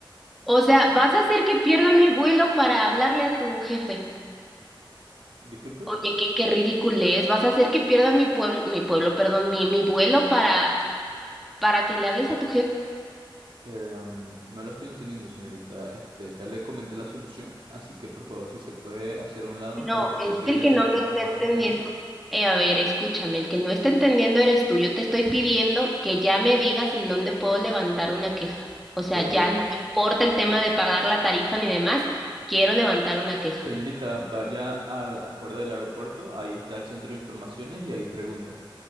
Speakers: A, in the centre; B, on the right.
A: O sea, ¿vas a hacer que pierda mi vuelo para hablarle a tu jefe?
B: Disculpe,
A: Oye, qué, qué ridículo es ¿Vas a hacer que pierda mi pueblo, mi pueblo, perdón, mi, mi vuelo para, para que le hables a tu jefe?
B: eh, am, no lo estoy entendiendo, señorita. Este, ya le comenté la solución, así que por favor, si se puede hacer a un lado
A: No,
B: para poder
A: es
B: seguir
A: que el
B: atendiendo
A: que no me está
B: a los pasajeros.
A: entendiendo, eh, a ver, escúchame, el que no está entendiendo eres tú. Yo te estoy pidiendo que ya me digas en dónde puedo levantar una queja. O sea,
B: Eh,
A: ya no me importa el tema de pagar la tarifa ni demás, quiero levantar una queja.
B: señorita, vaya al- afuera del aeropuerto, ahí está el centro de informaciones y ahí pregunta.